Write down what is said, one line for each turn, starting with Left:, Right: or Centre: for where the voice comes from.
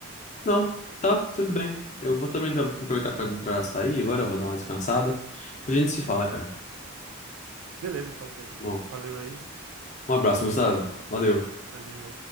Left: Não, tá, tudo bem. Eu vou também tra- aproveitar pra, pra sair agora, eu vou dar uma descansada. Pra gente se fala, cara.
Right: Beleza, então, Pedro.
Left: Bom,
Right: Valeu aí.
Left: um abraço, Gustavo. Valeu.
Right: Valeu.